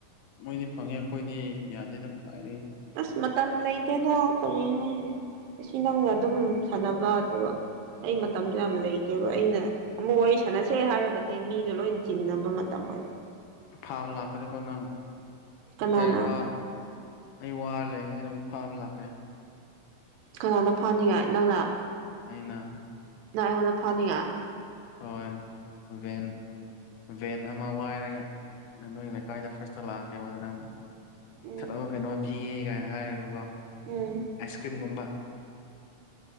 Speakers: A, on the left (about 75°); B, on the right (about 85°).
A: ꯃꯣꯏꯗꯤ ꯐꯪꯉꯦ ꯑꯩꯈꯣꯏꯗꯤ ꯌꯥꯗꯦꯗ ꯀꯥꯏꯔꯤ
B: ꯑꯁ ꯃꯇꯝ ꯂꯩꯇꯦꯅ ꯀꯔꯤ ꯍꯥꯏꯌꯦꯅꯦ ꯑꯁꯤ ꯅꯪꯒ ꯑꯗꯨꯝ ꯁꯥꯟꯅꯕ ꯑꯗꯨꯒ ꯑꯩ ꯃꯇꯝꯗꯣ ꯌꯥꯝ ꯂꯩꯇꯦꯕ ꯑꯩꯅ ꯑꯃꯨꯛ ꯋꯥꯔꯤ ꯁꯥꯟꯅꯁꯦ ꯍꯥꯏꯔꯒꯗꯤ ꯃꯤꯗꯣ ꯂꯣꯏ ꯆꯤꯟꯅꯕ ꯃꯇꯝ ꯑꯣꯏꯔꯦ
A: ꯊꯥꯕ ꯂꯥꯛꯀꯅꯤꯀꯣ ꯅꯪ
B: ꯀꯅꯥꯅ
A: ꯑꯩ ꯋꯥ ꯑꯩ ꯋꯥ ꯂꯥꯏꯌꯦꯉꯩꯁꯤꯅ ꯑꯃꯨꯛ ꯐꯥꯕ ꯂꯥꯛꯀꯦ
B: ꯀꯅꯥꯅ ꯐꯅꯤꯡꯉꯥꯏ ꯅꯪꯅ
A: ꯑꯅ
B: ꯅꯪ ꯑꯩꯉꯣꯟꯗ ꯐꯥꯅꯤꯡꯉ
A: ꯍꯣꯏꯕꯦꯟ ꯚꯦꯟ ꯑꯃ ꯋꯥꯏꯔꯒ ꯅ ꯅꯣꯏ ꯂꯩꯀꯥꯏꯗ ꯐꯥꯔꯁꯂꯛꯑꯀꯦꯕꯗ ꯅꯪ
B: ꯎꯝ
A: ꯊꯂꯛꯑ ꯀꯩꯅꯣ ꯄꯤꯒꯦ ꯀꯥꯏꯅ ꯍꯥꯏꯔꯒꯀꯣ
B: ꯎꯝ
A: ꯑꯥꯏꯁ ꯀ꯭ꯔꯤꯝꯒꯨꯝꯕ